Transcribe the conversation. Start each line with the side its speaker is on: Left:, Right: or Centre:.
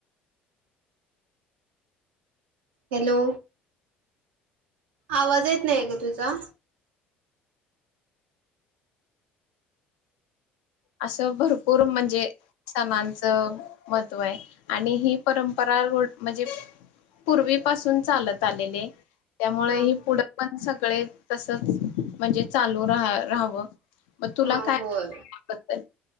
Right: हॅलो आवाज येत नाही ग तुझचा
Left: असं भरपूर म्हणजे सणांचं महत्त्व आहे आणि ही परंपरा म्हणजे पूर्वीपसून चालत आलेले त्यामुळे
Right: हा
Left: हे पुढे पण सगळे तसच म्हणजे चालू राहा राहावं मग तुला
Right: हा
Left: काय
Right: होय
Left: बद्दल